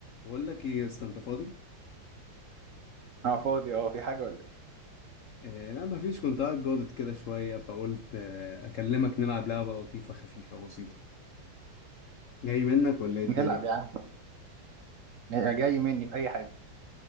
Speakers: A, on the left (about 80°); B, on the right (about 60°).
A: بقول لك ايه يا اسطى انت فاضي
B: اه فاضي اه في حاجة ولا ايه
A: آه لا مفيش كنت قاعد جاضد كده شويه فقلت آه اكلمك نلعب لعبه لطيفه خفيفه بسيطه جاي منك ولا ايه الدنيا
B: نلعب يا عم جاي مني في اي حاجة